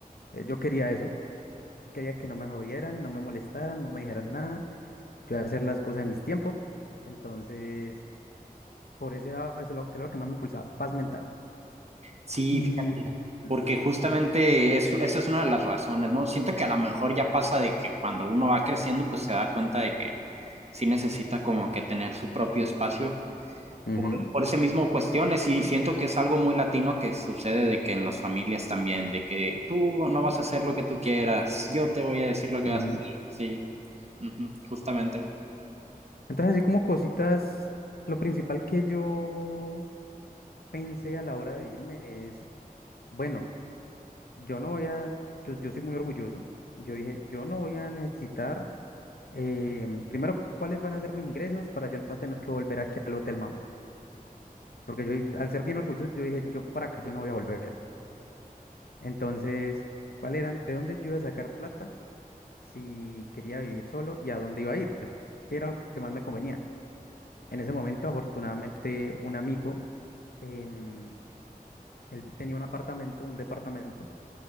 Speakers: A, on the left; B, on the right.
A: Eh, Yo quería eso, <laughs> quería que no me jodieran, no me molestaran, no me dijeran nada, yo hacer las cosas en mis tiempos. Entonces, por eso era, eso lo- era lo que más me impulsaba, paz mental.
B: Sí,
A: Y
B: fíjate,
A: Ujú.
B: porque justamente eso, eso es una de las razones, ¿no? Siento que a lo mejor ya pasa de que cuando uno va creciendo, pues se da cuenta de que sí necesita como que tener su propio espacio.
A: Ujú,
B: por, por ese mismo cuestiones y siento que es algo muy latino que sucede de que en las familias también, de que tú no vas a hacer lo que tú quieras, yo te voy a decir lo que
A: ujú.
B: vas a hacer. Sí, ujú, justamente.
A: Entonces, así como cositas, lo principal que yo pensé a la hora de irme es, bueno, yo no voy a, yo, yo soy muy orgulloso, yo dije, yo no voy a necesitar, em, primero, cuáles van a ser mis ingresos para yo no tener que volver aquí al Hotel Mama, porque yo, i- al ser bien orgulloso, yo dije, yo para acá yo no voy a volver. Entonces, ¿cuál eran, de dónde yo iba a sacar plata si quería vivir solo y a dónde iba a ir? ¿Qué era lo que más me convenía? En ese momento, afortunadamente, un amigo, em, él tenía un apartamento, un departamento,